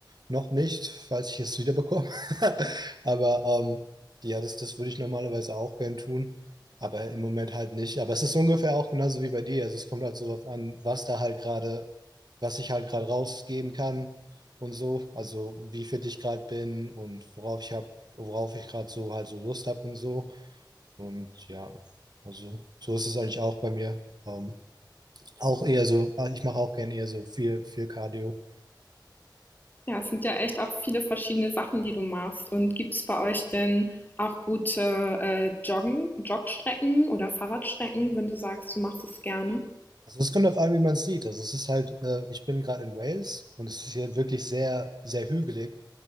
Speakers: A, on the right; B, on the left.
A: noch nicht, falls ich es wieder bekomme. <laughs> Aber ähm, ja, das, das würde ich normalerweise auch gern tun. Aber im Moment halt nicht. Aber es ist ungefähr auch genauso wie bei dir. Also es kommt halt so darauf an, was da halt gerade, was ich halt gerade rausgeben kann und so. Also wie fit ich gerade bin und worauf ich hab, worauf ich gerade so halt so Lust habe und so. Und ja, also so ist es eigentlich auch bei mir. Ähm, auch eher so, äh, ich mache auch gerne eher so viel, viel Cardio.
B: Ja, es sind ja echt auch viele verschiedene Sachen, die du machst. Und gibt es bei euch denn auch gute äh, Joggen, Jogstrecken oder Fahrradstrecken, wenn du sagst, du machst es gerne?
A: Also es kommt auf an, wie man es sieht. Also es ist halt, äh, ich bin gerade in Wales und es ist hier wirklich sehr, sehr hügelig.